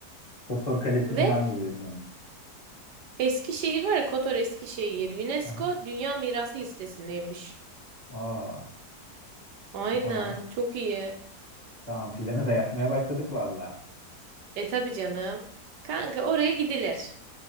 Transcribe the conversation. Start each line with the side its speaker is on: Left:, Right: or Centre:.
Left: Kotor Kalesi'ni
Right: Ve
Left: ben de gördüm evet.
Right: Eskişehir var ya Kotor Eskişehir UNESCO
Left: Aha.
Right: Dünya Mirası listesindeymiş.
Left: Aa,
Right: Aynen
Left: tamam
Right: çok iyi.
Left: tamam planı da yapmaya başladık valla.
Right: E tabi canım. Kanka oraya gidilir.